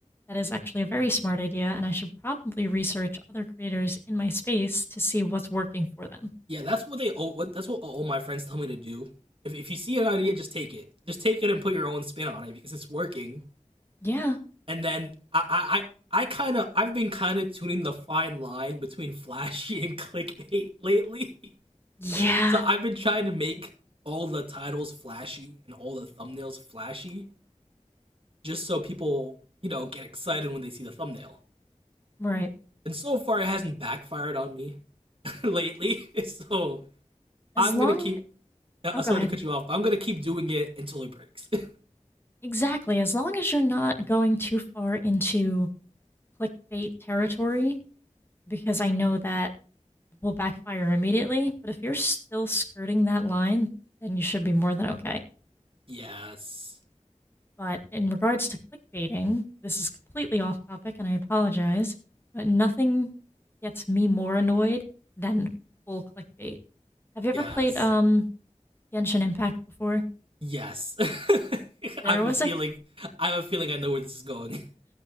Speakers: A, on the left; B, on the right.
A: that is actually a very smart idea, and I should probably research other creators in my space to see what's working for them.
B: Yeah, that's what they what that's what all my friends tell me to do. If if you see an idea, just take it. Just take it and put your own spin on it because it's working.
A: Yeah.
B: And then I I I- I kind of I've been kind of tuning the fine line between <laughs> flashy and clickbait lately. <laughs>
A: Yeah.
B: So I've been trying to make all the titles flashy and all the thumbnails flashy just so people, you know, get excited when they see the thumbnail.
A: Right.
B: And so far it hasn't backfired on me <laughs> lately. So I'm
A: As long,
B: going to keep uh,
A: oh,
B: uh, sorry
A: go ahead.
B: to cut you off, but I'm going to keep doing it until it breaks.
A: Exactly. As long as you're not going too far into clickbait territory, because I know that will backfire immediately. But if you're still skirting that line, then you should be more than okay.
B: <laughs> yes.
A: But in regards to clickbaiting, this is completely off topic and I apologize, but nothing gets me more annoyed than full clickbait. Have you ever
B: Yes.
A: played um Genshin Impact before?
B: Yes. <laughs>
A: There
B: I have a
A: was
B: feeling
A: a
B: I have a feeling I know where this is going. <laughs>